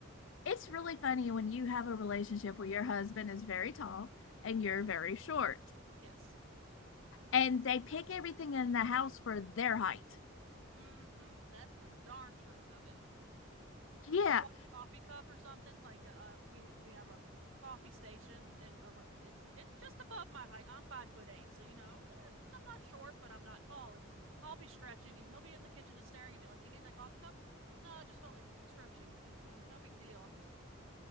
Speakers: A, on the left; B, on the right.
A: it's really funny when you have a relationship where your husband is very tall and
B: hmm.
A: you're very short
B: Yes.
A: and they pick everything in the house for their height.
B: Mm hmm. That's the darn truth of it.
A: Yeah.
B: I want a coffee cup or something. Like uh, we we have a coffee station, and a, it's it's just above my height. I'm five foot eight, so you know yeah, I'm not short, but I'm not tall, and I'll be stretching, and he'll be in the kitchen just staring at me like, "You need that coffee cup?" No, I just felt like stretching. You know, no big deal. I'm just